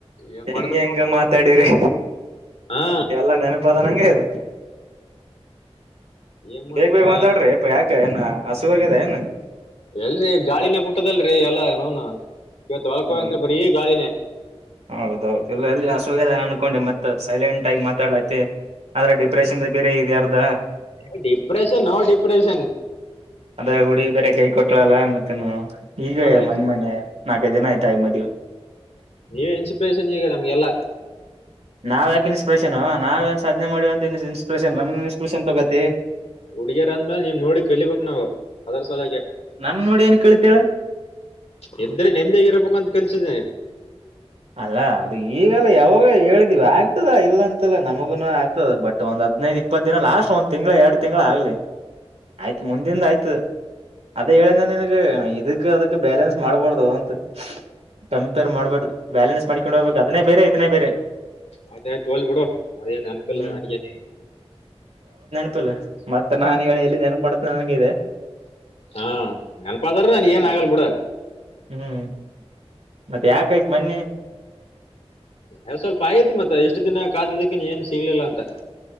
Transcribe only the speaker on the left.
ಏನ್
ಮಾಡ್ದ
ಹಾ
ಏನ್ ಮಾಡ್ತಿಪಾ
ಎಲ್ರರಿ ಗಾಳಿನೇ ಪುಟ್ಟದಲ್ರರಿ ಎಲ್ಲಾ ನೋನು ಇವತ್ತು ಹೊಲ್ಕೋಯತ್
ಬರೀ ಗಾಳಿನೇ
ನೋ ಡಿಪ್ರೆಷನ್ ನೋ ಡಿಪ್ರೆಷನ್
ಎಲ್ಲ
ನೀವ ಇನ್ಸ್ಪಿರೇಷನ್ ಈಗ ನಮ್ಗೆಲ್ಲ
ಹುಡುಗಿಯರ ಅಂದ್ಮೇಲ ನೀವ್ ನೋಡಿ ಕಲಿಬೇಕಕ್ ನಾವವು ಅದರ ಸಲಕ್ಕೆ
ಇದದ್ರೆ ನೆಂದೇಗ ಇರ್ಬೇಕಂತ ಕಲ್ಸಿದ್ದೇನೆ
ಆಯ್ತ ಆಯ್ತ ಒಲ್ ಬಿಡೋ ಅದೇಏನ ನನಕಲ್ಲ
ನನಗನೆ
ಹಾ ನೆನಪದಾರ ನ ನೀ ಏನ್ ಆಗಲ್ ಬಿಡ
ಎಾವ ಸ್ವಲ್ಪ ಆಯತ್ ಮತ್ತ ಇಷ್ಟು ದಿನ ಕಾದದಕ್ಕಿನ್ ಏನ್ ಸಿಗ್ಲಿಲ್ಲ ಅಂತ